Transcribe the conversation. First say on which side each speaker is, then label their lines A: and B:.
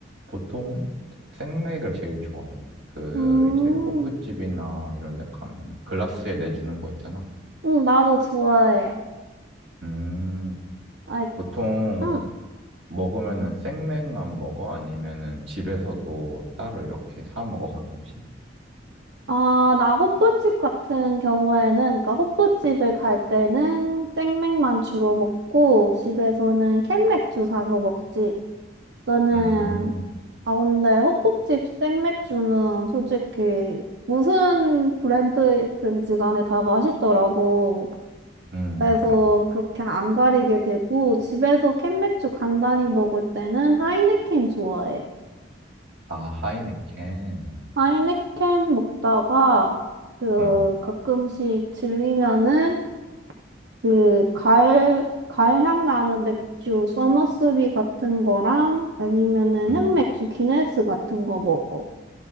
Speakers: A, on the right; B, on the right.
A: 보통은 생맥을 제일 좋아해. 그,
B: 음,
A: 이제, 호프집이나 이런 데 가면 글라스에 내주는 거 있잖아.
B: 음 나도 좋아해
A: 음, 혹시
B: 아이,
A: 보통
B: 음.
A: 먹으면은 생맥만 먹어? 아니면은 집에서도 따로 이렇게 사 먹어, 가끔씩?
B: 아, 나 호프집 같은 경우에는 그러니까 호프집을 갈 때는 생맥만 주로 먹고 집에서는 캔맥주 사서 먹지 너는
A: 음,
B: 아, 근데 헛국집 생맥주는 솔직히 무슨 브랜드든지 간에 다 맛있더라고.
A: 음,
B: 그래서
A: 맞아.
B: 그렇게 안 가리게 되고 집에서 캔맥주 간단히 먹을 때는 하이네켄 좋아해.
A: 아, 하이네켄.
B: 하이네켄 먹다가 그
A: 응,
B: 가끔씩 질리면은 그 가을 가을 향 나는 맥주 서머스비 같은 거랑 아니면은
A: 응,
B: 흑맥주 기네스 같은 거 먹어.